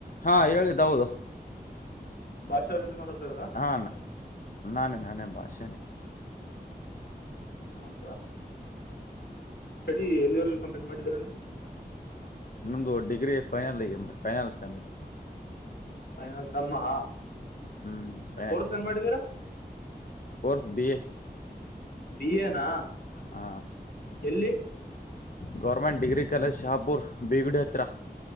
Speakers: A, on the left; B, on the left.
A: ಹಾ ಹೇಳಿ ದಾವೂದ್
B: ಭಾಷಾ ಅವ್ರ ಜೊತೆ ಮಾತಾಡ್ತಾ ಇರೋದಾ
A: ಹಾ ಅಣ್ಣ ನಾನೇ ನಾನೇ ಬಾಷಾನೆ <inaudible>
B: ಹೌದಾ ಸ್ಟಡಿ ಎಲ್ಲಿಯವರೆಗೆ ಕಂಪ್ಲೀಟ್ ಮಾಡಿದಿರಣ್ಣ
A: ನಮ್ದು ಡಿಗ್ರಿ ಫೈನಲ್ ಈಗ ಫೈನಲ್ ಸೆಮ್ ಈಗ
B: ಫೈನಲ್ ಸೆಮ್ ಆ
A: ಹ್ಮ್ ಫೈನಲ್
B: ಕೋರ್ಸ್ ಏನ್ ಮಾಡಿದಿರಾ
A: course B A
B: B A ನಾ
A: ಹ
B: ಎಲ್ಲಿ
A: ಗವರ್ಮೆಂಟ್ ಡಿಗ್ರಿ ಕಾಲೇಜ್ ಶಹಾಪುರ್ ಬಿಗಡಿ ಹತ್ರ